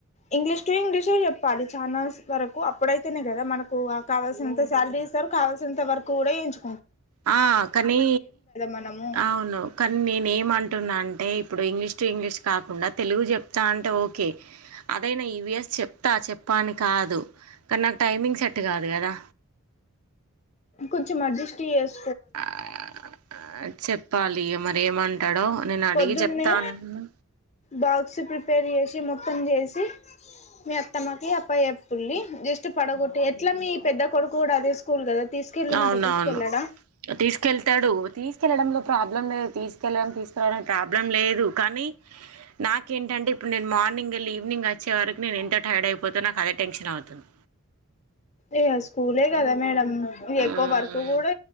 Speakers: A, on the left; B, on the right.
A: ఇంగ్లీష్ టు ఇంగ్లీషే చెప్పాలి ఛానల్స్ వరకు, అప్పుడైతేనే కదా మనకు కావాల్సినంత సాలరీస్ ఇత్తరు కావల్సినంత వర్క్ కూడా చేయించు
B: ఆ కనీ
A: మనము
B: అవును, కనీ నేనేమంటున్నా అం అంటే ఇప్పుడు ఇంగ్లీష్ టు ఇంగ్లీష్ కాకుండా తెలుగు చెప్తా అంటే ఓకే. అదైనా ఈవిఎస్ చెప్తా చెప్పా అని కాదు. కనీ నాకు టైమింగ్ సెట్ కాదు కదా.
A: కొంచెం అడ్జెస్ట్ చేస్
B: ఆ చెప్పాలి మరి ఏమంటడో. నేను అడిగి
A: పొద్దున్నే
B: చెప్తానను.
A: బాక్స్ ప్రిపేర్ చేశి మొత్తం చేసి మీ అత్తమ్మకి అప్ప చెప్పుల్లి జస్ట్ ట్ పడగొట్టి ఎట్లా మీ పెద్ద కొడుకు కూడా అదే స్కూల్ కదా. తీసుకెళ్ళమంటే
B: అవునవును
A: తీసుకెళ్ళాడా
B: తీసుకెళ్తడు. తీసుకెళ్లడంలో ప్రాబ్లం లేదు. తీసుకెళ్లడం, తీస్ రావడం ప్రాబ్లం లేదు. కానీ నాకేంటంటే ఇప్పుడు నేను మార్నింగ్ ఎళ్ళి ఈవినింగ్ అ చ్చే వరకు నేను ఎంత టైర్డ్ అయిపోతనో నాకు అదే టెన్షన్ అవుతుంది.
A: ఇగ స్కూలే కదా మేడం ఇగ
B: మ్మ్
A: ఎక్కువ వర్క్ కూడా